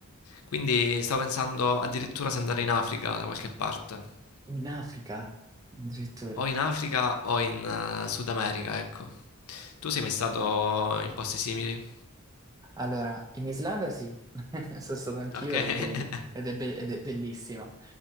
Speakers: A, on the left; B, on the right.
A: Quindi stavo pensando addirittura se andare in Africa da qualche parte.
B: In Africa, addirittura.
A: O in Africa o in eh, Sud America, ecco. Tu sei mai stato in posti simili?
B: Allora, in Islanda sì, <laughs> sono stato anch'io
A: Ok. <laughs>
B: ed è, belli- ed è be- ed è bellissima,